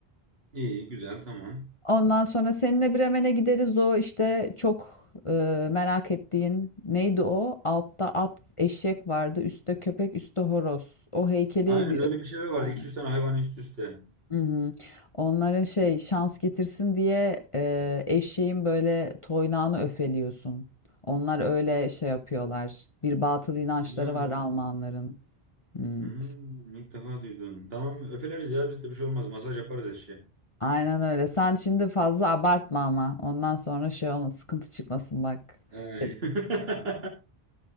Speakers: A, on the right (about 70°); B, on the left (about 35°).
A: İyi, güzel, tamam.
B: Ondan sonra seninle Bremen'e gideriz. O işte çok e, merak ettiğin neydi o? Altta at, eşek vardı. Üstte köpek, üstte horoz. O heykeli
A: Aynen
B: bir...
A: öyle bir şeyler vardı.
B: Aynen.
A: iki üç tane hayvan üst üste.
B: Hı hı. Onlara şey şans getirsin diye e, eşeğin böyle toynağını öfeliyorsun. Onlar öyle şey yapıyorlar. Bir batıl inançları
A: Ha.
B: var Almanların. Hmm.
A: Hmm, ilk defa duydum. Tamam öfeleriz ya bizde bir şey olmaz. Masaj yaparız eşeğe.
B: Aynen öyle. Sen şimdi fazla abartma ama. Ondan sonra şey olma, sıkıntı çıkmasın bak.
A: Ee,
B: E,
A: <laughs>